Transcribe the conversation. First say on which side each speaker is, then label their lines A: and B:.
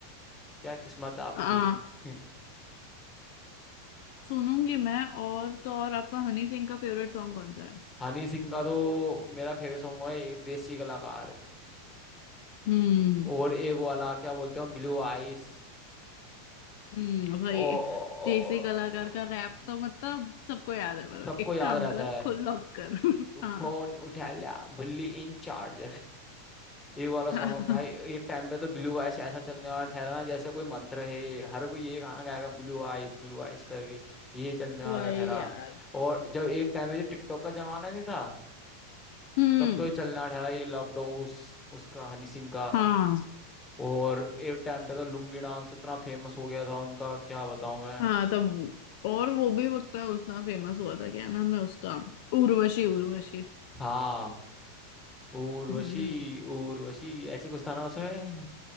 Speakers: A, on the left; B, on the left.
A: क्या किस्मत आपकी
B: आ
A: <laughs>
B: सुनूंगी मैं और तो और आपका हनी सिंह का फेवरेट सॉन्ग कौन सा है
A: हनी सिंह का तो मेरा फेवरेट सॉन्ग है ये देसी कलाकार
B: हम्म
A: और एक वाला क्या बोलते हैं ब्लू आइस
B: हम्म भाई
A: ओ, ओ,
B: देसी
A: ओ, ओ-
B: कलाकार का रैप तो मतलब सबको याद है मतलब
A: सबको
B: एक
A: याद
B: काम
A: रहता
B: कर खुद लॉक कर <laughs> हाँ
A: फोन उठा लिया बुल्ली इन चार्ज ये वाला सॉन्ग
B: हाँ
A: भाई एक टाइम पे तो ब्लू आइस ऐसा चलने वाला ठहरा ना जैसे कोई मंत्र है हर कोई ये गाना गाएगा ब्लू आइस ब्लू आइस करके ये चलने
B: भाई
A: वाला ठहरा
B: यार
A: और जब एक टाइम पे जो टिकटॉक का जमाना नहीं था
B: हम्म
A: तब तो ये चलने वाला ठहरा ये लव डोस उसका हनी सिंह का
B: हाँ
A: और एक टाइम पे तो लुंगी डांस इतना फेमस हो गया था उनका क्या बताऊं मैं
B: हाँ तब और वो भी उतना उतना फेमस हुआ था क्या नाम है उसका उर्वशी उर्वशी
A: हाँ उर्वशी
B: हम्म
A: उर्वशी ऐसे कुछ था ना उसमें